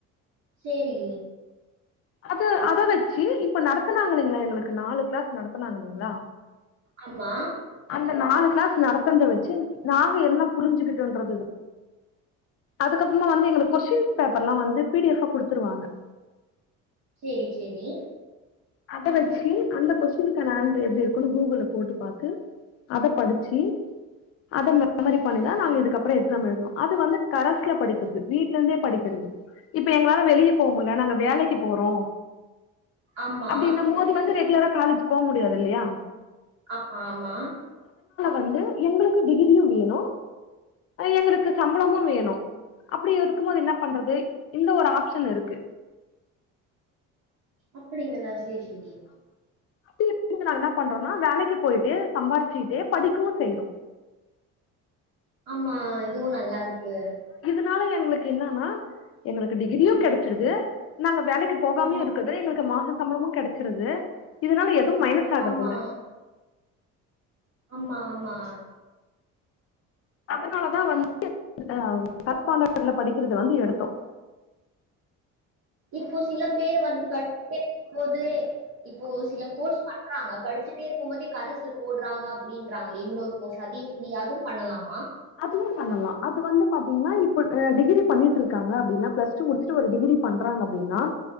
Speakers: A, on the right; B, on the left.
A: சேரி
B: அத அத வச்சு இப்ப நடத்துனாங்க இல்லீங்களா எங்களுக்கு நாலு கிளாஸ் நடத்தனாங்க இல்லிங்களா
A: ஆமா.
B: அந்த நாலு கிளாஸ் நடத்னத வச்சு நாங்க என்ன புரிஞ்சுக்கிட்டோன்றது அதுக்கப்பறமா வந்து எங்களுக்கு கொஸ்டின் பேப்பர்ல்லா வந்து பி டி ஃஎப் குடுத்துருவாங்க
A: செரி செரி
B: அத வச்சு அந்த கொஸ்ட்டின்க்கான ஆன்சர் எப்டி இருக்குன்னு கூகுள் போட்டு பாத்து அத படிச்சு அத மெமரி பண்ணிதா நாங்க இதுக்கப்பறம் எக்ஸாம் எழுதனோ அது வந்து கரஸ்ல படிக்கிறது வீட்ல இருந்தே படிக்கிறது இப்ப எங்களால வெளிய போ முடில நாங்க வேலைக்கு போறோ
A: ஆமா,
B: அப்டின்ன மோது வந்து ரெகுலரா காலேஜ் போ முடியாது இல்லியா
A: ஆமா ஆமா
B: வந்து எங்களுக்கு டிகிரியு வேணு எங்களுக்கு சம்பளமு வேணு அப்டி இருக்கும்போது என்ன பண்றது இந்த ஒரு ஆப்ஷன் இருக்கு
A: அப்டிங்களா சேரிங்கமா
B: அப்டி இப்டி நாங்க என்ன பண்றோம்னா வேலைக்கு போய்ட்டு சம்பாதிச்சிட்டே படிக்கவு செய்யறோ
A: ஆமா இதுவு நல்லா இருக்கு
B: அதனால எங்களுக்கு என்னானா எங்களுக்கு டிகிரியு கெடைக் இருது நாங்க வேலைக்கு போகாமே
A: ஆமா,
B: இருக்கது எங்களுக்கு மாச சம்பளமும் கெடச்சுருது இதனால எது மைனஸ் ஆகறதில்ல
A: ஆமா, ஆமா ஆமா
B: அதனாலதா வந்து ஆ கரப்பாண்டல படிக்கிறது வந்து எடுத்தோ
A: இப்போ சில பேர் வந்து கே போது போது இப்போ
B: ஆஹ்
A: சில கோர்ஸ் பண்ண நாங்க படிச்சிட்டே இருக்கு போதே கரசுல போடுறாங்க அப்டின்றாங்க இன்னொரு கோர்ஸ் அது எப்டி அதவு பண்ணலாமா
B: அதுவு பண்ணலா அது வந்து பாத்தீங்கனா இப்ப டிகிரி பண்ணிட்டு இருக்காங்க அப்டின்னா பிளஸ் டூ முடுச்சுட்டு ஒரு டிகிரி பண்றாங்க அப்டினா